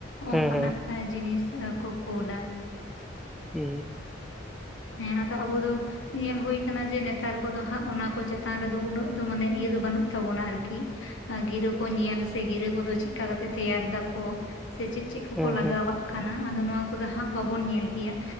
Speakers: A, in the centre; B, on the left.
A: ᱦᱮᱸ
B: ᱚᱱᱠᱟᱱᱟᱜ
A: ᱦᱮᱸ ᱦᱮᱸ
B: ᱡᱤᱱᱤᱥ ᱠᱚ ᱠᱩᱞᱟ
A: ᱩ
B: ᱦᱮᱸ ᱟᱫᱚ ᱟᱵᱚ ᱫᱚ ᱧᱮᱞ ᱦᱳᱭ ᱠᱟᱱᱟ ᱡᱮ ᱱᱮᱛᱟᱨ ᱠᱚᱫᱚ ᱦᱟᱸᱜ ᱚᱱᱟ ᱠᱚ ᱪᱮᱛᱟᱱ ᱨᱮᱫᱚ ᱩᱱᱟᱹᱜ ᱫᱚ ᱢᱟᱱᱮ ᱤᱭᱟᱹ ᱫᱚ ᱵᱟᱹᱱᱩᱜ ᱛᱟᱵᱚᱱᱟ ᱟᱨᱠᱤ ᱜᱤᱨᱟᱹ ᱠᱚ ᱧᱮᱞ ᱥᱮ ᱜᱤᱨᱟᱹ ᱠᱚᱫᱚ ᱪᱮᱫᱠᱟ ᱠᱟᱛᱮ ᱛᱮᱭᱟᱨ ᱫᱟᱠᱚ ᱥᱮ ᱪᱮᱫ ᱪᱮᱫ ᱠᱚᱠᱚ
A: ᱦᱮᱸ
B: ᱞᱟᱜᱟᱣᱟᱜ
A: ᱦᱮᱸ ᱦᱮᱸ
B: ᱠᱟᱱᱟ ᱟᱫᱚ ᱱᱚᱣᱟ ᱠᱚᱫᱚ ᱦᱟᱸᱜ ᱵᱟᱵᱚᱱ ᱧᱮᱞ ᱜᱮᱭᱟ